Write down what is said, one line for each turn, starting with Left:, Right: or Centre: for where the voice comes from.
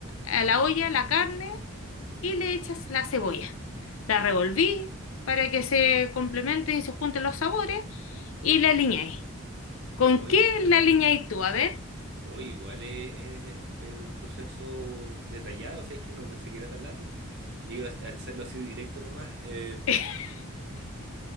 Left: a la olla la carne y le echas la cebolla. La revolví para que se complementen y se junten los sabores y la aliñáis. ¿Con
Right: Hoy,
Left: qué la aliñáis tú? A ver.
Right: hoy igual es, es- es un proceso detallado, o sea, es que no pensé que era tan largo. Yo iba a hacerlo así directo nomás. em,
Left: <laughs>